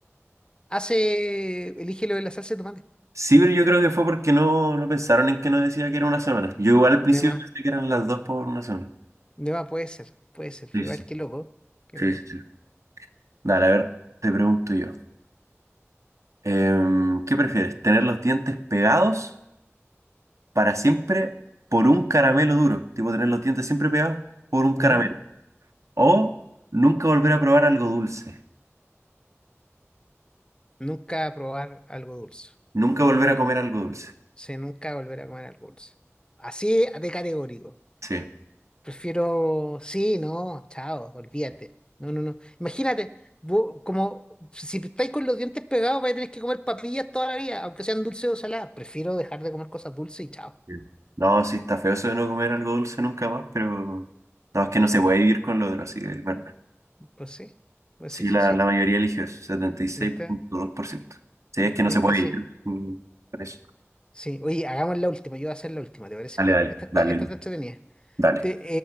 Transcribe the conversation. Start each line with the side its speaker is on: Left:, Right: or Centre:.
Left: hace, elige lo de la salsa de tomate.
Right: Sí, pero yo creo que fue porque no, no pensaron en que no decía que era una semana. Yo igual al principio
Left: De más,
Right: pensé que eran las dos por una semana.
Left: de más puede ser, puede ser. Fue
Right: Sí, sí,
Left: Igual,
Right: sí.
Left: qué loco, qué
Right: sí,
Left: loco.
Right: sí, sí. Dale, a ver, te pregunto yo. Em, ¿qué prefieres? ¿Tener los dientes pegados para siempre por un caramelo duro? Tipo, tener los dientes siempre pegados por un caramelo.
Left: Ujú.
Right: O nunca volver a probar algo dulce.
Left: Nunca probar algo dulce.
Right: Nunca volver a comer algo dulce.
Left: se nunca volver a comer algo dulce. Así de categórico.
Right: Sí.
Left: Prefiero, sí, no, chao, olvídate. No, no, no. Imagínate, vos, como si estáis con los dientes pegados, vais a tener que comer papillas toda la vida, aunque sean dulces o saladas. Prefiero dejar de comer cosas dulces y chao.
Right: Sí. No, sí está feo eso de no comer algo dulce nunca más, pero no, es que no se puede vivir con lo otro, sí, es verdad.
Left: Pues sí, pues
Right: Sí,
Left: sí,
Right: la,
Left: sí, sí.
Right: la mayoría eligió eso, setenta y seis
Left: ¿Viste?
Right: punto dos por ciento Sí, es que no
Left: ¿Viste?
Right: se puede
Left: Sí.
Right: vivir mm, con eso.
Left: Sí. Oye, hagamos la última. Yo voy a hacer la última, ¿te parece?
Right: Dale, dale,
Left: Esta está,
Right: dale,
Left: esta está entretenida.
Right: dale.
Left: ¿Te,